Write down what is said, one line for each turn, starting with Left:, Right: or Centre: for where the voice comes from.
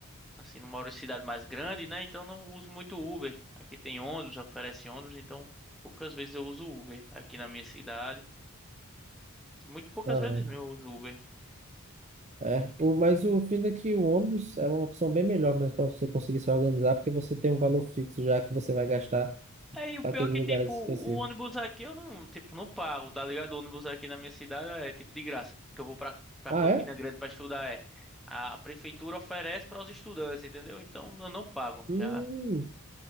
Centre: assim, não moro em cidade mais grande, né? Então eu não uso muito Uber. Aqui tem ônibus, oferece ônibus, então poucas vezes eu uso Uber aqui na minha cidade. Muito poucas
Right: Aham.
Centre: vezes mesmo eu uso Uber.
Right: É, o, mas o fim é que o ônibus é uma opção bem melhor mesmo para você conseguir se organizar, porque você tem um valor fixo já que você vai gastar
Centre: É, e o
Right: para
Centre: pior
Right: aqueles
Centre: é que,
Right: lugares
Centre: tipo, o
Right: específicos.
Centre: ônibus aqui eu não, tipo, não pago, tá ligado? O ônibus aqui na minha cidade é, tipo, de graça, porque eu vou pra, pra
Right: Ah,
Centre: Campina
Right: é?
Centre: Grande pra estudar, é. A prefeitura oferece para os estudantes, entendeu? Então eu não pago,
Right: Hum,
Centre: já,